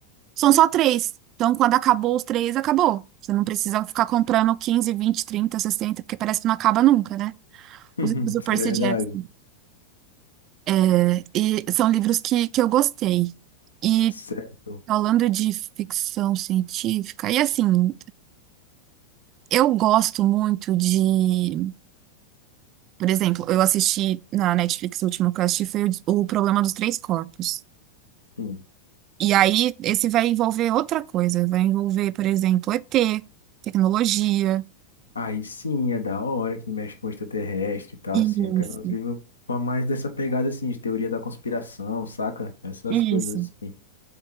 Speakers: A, on the right (about 35°); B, on the left (about 75°).
A: são só três. Então, quando acabou os três, acabou. Você não precisa ficar comprando 15, 20, 30, 60 porque parece que não acaba nunca, né?
B: <laughs>
A: Os livros do
B: Isso
A: Percy
B: é verdade.
A: Jackson. É, E são livros que, que eu gostei. E
B: Certo.
A: falando de ficção científica, e assim, Eu gosto muito de, por exemplo, eu assisti na Netflix, o último que eu assisti foi o, o Problema dos Três Corpos.
B: Sim.
A: E aí, esse vai envolver outra coisa, vai envolver, por exemplo, ET, tecnologia.
B: Aí sim, é da hora que mexe com extraterrestre e tal,
A: Isso,
B: assim. Eu quero uns livros pra mais dessa pegada, assim, de teoria da conspiração, saca? Essas
A: isso.
B: coisas assim.